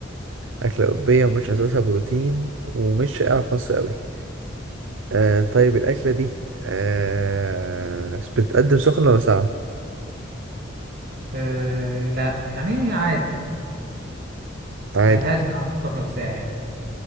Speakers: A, on the right; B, on the right.
A: أكلة أوروبية ومش أساسها بروتين ومش شائعة في مصر أوي آه طيب الأكلة دي آه بتتقدم سخنة ولا ساقعة؟
B: أه لا يعني عادي
A: عادي
B: ملهاش دعوة بالسخن والساقع يعني